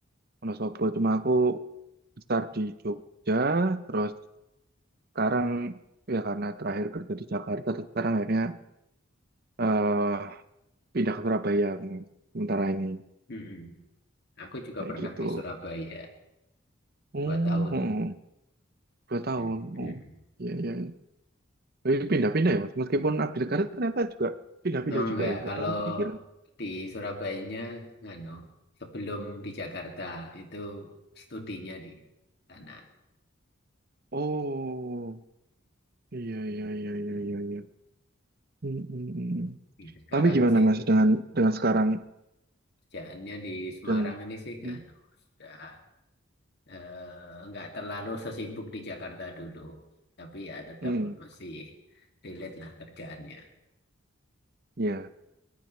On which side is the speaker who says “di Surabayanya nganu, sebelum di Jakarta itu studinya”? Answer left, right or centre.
Left